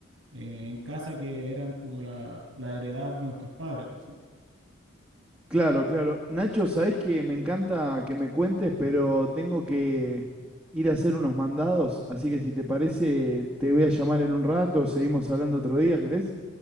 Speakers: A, on the right; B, in the centre.
A: eh, en casa, que eran como la, la heredad de nuestros padres, básicamente.
B: Claro, claro. Nacho, sabés que me encanta que me cuentes, pero tengo que ir a hacer unos mandados, así que si te parece, te voy a llamar en un rato, seguimos hablando otro día, ¿querés?